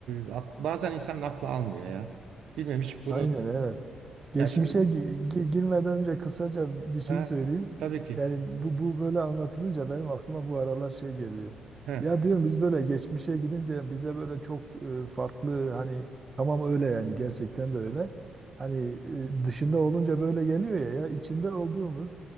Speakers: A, on the right (about 70°); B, on the right (about 35°).
A: e, ak- bazen insan aklı almıyor ya. Bilmiyorum hiç bunu.
B: Aynen evet. Geçmişe
A: Ya şimdi
B: gi- gi- girmeden önce kısaca bir şey
A: ha,
B: söyleyeyim.
A: tabii ki.
B: Yani bu, bu böyle anlatılınca benim aklıma bu aralar şey geliyor.
A: Ha,
B: Ya diyorum biz böyle geçmişe gidince bize böyle çok e, farklı hani tamam öyle yani gerçekten de öyle. Hani e, dışında olunca böyle geliyor ya ya içinde olduğumuz